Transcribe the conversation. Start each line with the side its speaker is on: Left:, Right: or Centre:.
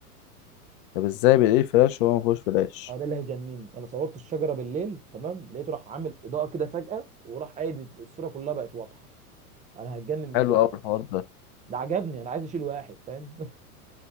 Left: طب ازاي بالايه فلاش وهو مفيهوش فلاش
Right: اه ده اللي هيجنني انا صورت الشجره بالليل تمام لقيته راح عامل اضاءه كده فجاه وراح قايد الصوره كلها بقت واضحه انا هتجنن من
Left: حلو
Right: الحوار
Left: اوي
Right: ده
Left: الحوار ده
Right: ده عجبني انا عايز اشيل واحد فاهم